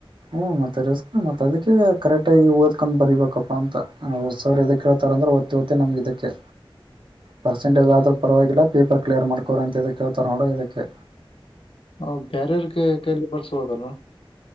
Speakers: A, on the right (about 60°); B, on the left (about 80°).
A: ಹ್ಮ್ ಮತ್ತೆ ರಿಸ್ಕ್ ಮತ್ತೆ. ಅದಿಕ್ಕೆ ಕರೆಕ್ಟಾಗಿ ಓದ್ಕೊ ಬರಿಬೇಕಪ್ಪಾ ಅಂತ ಸರ್ ಎದಕ್ ಹೆಳ್ತಾರ್ ಅಂದ್ರ ಹೊತ್ತಿ ಹೊತ್ತಿ ನಿಮ್ಗ್ ಇದುಕ್ಕೆ
B: <inaudible>
A: ಪರ್ಸೆಂಟೇಜ್
B: ಇದು.
A: ಆದ್ರೂ ಪರವಾಗಿಲ್ಲ ಪೇಪರ್ ಕ್ಲಿಯರ್ ಮಾಡ್ಕೋರ್ ಅಂತ ಎದುಕ್ ಹೆಳ್ತಾರ್ ನೋಡು ಇದುಕ್ಕೆ.
B: ನಾವ್ ಬೇರವರ್ಗೆ ಕೈಲಿ ಬರ್ಸಬೋದಲ್ಲ.